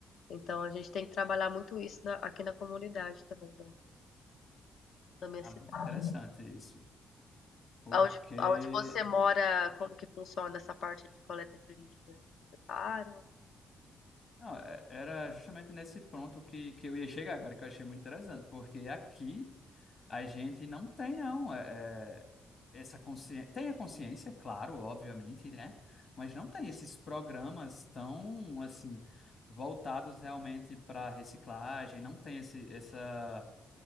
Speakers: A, on the left; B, on the left.
A: Então a gente tem que trabalhar muito isso na- aqui na comunidade também da, da minha
B: Ah,
A: cidade.
B: muito interessante isso, porque
A: Aonde, aonde você mora, como que funciona essa parte de coleta de lixo? Eles separam?
B: não, é- era justamente nesse ponto que, que eu ia chegar agora, que eu achei muito interessante, porque aqui A gente não tem, não, é, é, essa consciência. Tem a consciência, claro, obviamente, né? Mas não tem esses programas tão, assim, voltados realmente para reciclagem, não tem esse, essa,